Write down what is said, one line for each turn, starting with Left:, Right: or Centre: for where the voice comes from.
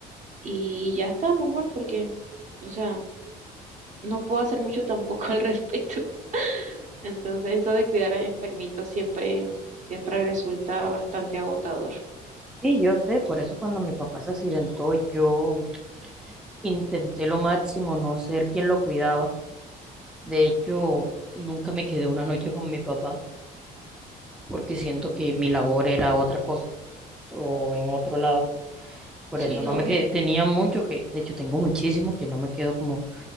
Right: Y ya está, mi amor, porque, o sea, no puedo hacer mucho tampoco <laughs> al respecto. Entonces, eso de cuidar a enfermitos siempre, siempre resulta bastante agotador.
Centre: Sí, yo sé, por eso cuando mi papá se accidentó, yo Intenté lo máximo no ser quien lo cuidaba. De hecho, nunca me quedé una noche con mi papá porque siento que mi labor era otra cosa o en otro lado. Por
Right: Sí,
Centre: eso no
Right: obvio.
Centre: me quedé. Tenía mucho que, de hecho, tengo muchísimo que no me quedo como